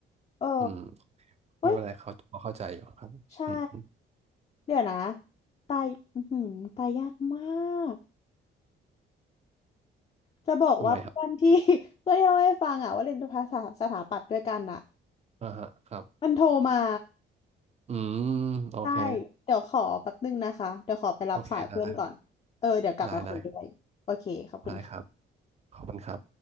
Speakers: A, on the left; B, on the right.
A: เออ
B: อืม
A: เฮ้ย
B: ไม่เป็นไรเขาพอเข้าใจอยู่ครับอืมอืม
A: ใช่เดี๋ยวนะตายอือหือตายยากมากจะบอกว่าเพื่อนที่
B: ทำไมครับ
A: <laughs> เพื่อนที่เราให้ฟังอ่ะว่าเรียนภาษาสถาปัตย์ด้วยกันอ่ะ
B: อ่าฮะครับ
A: มันโทรมา
B: อืมโอเค
A: ใช่เดี๋ยวขอแป๊บนึงนะคะเดี๋ยวขอไปรับสายเพื่อนก่อนเออเดี๋ยวกลับมาคุยด้วยโอเคขอบคุณค่ะ
B: โอเคได้ได้ได้ได้ครับขอบคุณครับ